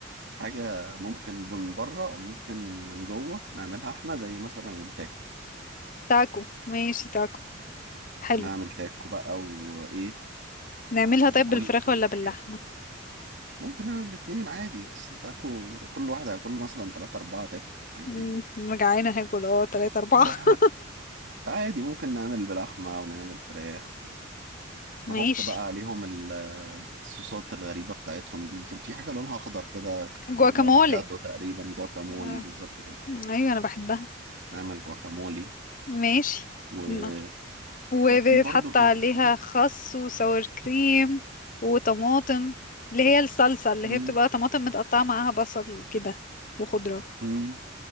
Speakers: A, on the right; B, on the left.
A: حاجة ممكن من بره او ممكن من جوه نعملها احنا زي مثلا التاكو
B: تاكو ماشي تاكو حلو
A: نعمل تاكو بقى وايه
B: نعملها
A: بكل
B: طيب بالفراخ
A: الحاجات
B: ولا باللحمة
A: ممكن نعمل الاتنين عادي اصل تاكو كل واحد هياكل له مثلا تلاتة اربعة تاكو عادي
B: مم،
A: يعني
B: أنا جعانة هاكل اه تلاتة أربعة
A: <laughs>
B: <laughs>
A: عادي ممكن نعمل بلحمة ونعمل فراخ
B: ماشي
A: ونحط بقى عليهم ال- الصوصات الغريبة بتاعتهم دي كان في حاجة لونها أخضر كده كانت بتبقى
B: جواكامولي
A: بالأفوكادو تقريبا جواكامولي
B: آه،
A: بالظبط كده
B: أيوة أنا بحبها
A: نعمل جواكامولي
B: ماشي
A: و...
B: ن- وبيتحط
A: وفي برضو كان
B: عليها
A: في
B: خس وسور كريم وطماطم اللي هي الصلصة اللي
A: مم.
B: هي بتبقى طماطم متقطعة معاها بصل وكده وخضرة
A: مم.